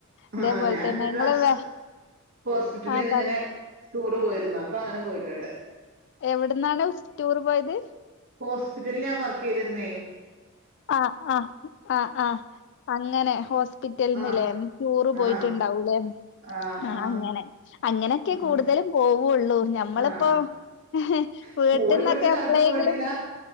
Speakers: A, on the left (about 55°); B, on the right (about 60°).
A: അതേപോലെ
B: ആഹ ഞാനൊരു
A: തന്നെ നിങ്ങള്
B: പ്രാസം
A: വേ
B: ഹോസ്പിറ്റലിൽ
A: ആ
B: നിന്ന്
A: പറയ്
B: ഇങ്ങനെ ടൂറ് പോയിരുന്നു അപ്പൊ അങ്ങനെ പോയിട്ടുണ്ട്
A: എവിടന്നാണ് ടൂർ പോയത്
B: ഹോസ്പിറ്റലിൽ ഞാൻ വർക്ക് ചെയ്തിരുന്നേും
A: ആഹ് ആഹ് ആഹ ആഹ അങ്ങനെ ഹോസ്പിറ്റലന്നല്ലേ
B: ആഹ്
A: ടൂറ് പോയിട്ടുണ്ടാവൂലേ
B: ആഹ് ആഹ്
A: ആ
B: ആഹ്
A: അങ്ങനെ അങ്ങനൊക്കെ
B: ആഹ്
A: കൂടുതലും പോവുള്ളൂ ഞമ്മളിപ്പോൊ
B: ആഹ്
A: ഹി
B: സ്കൂളിൽ
A: വീട്ടിൽന്നൊക്കെ
B: പഠിച്ച കാലത്തും
A: എപളെങ്കിലും
B: പോയിട്ടില്ല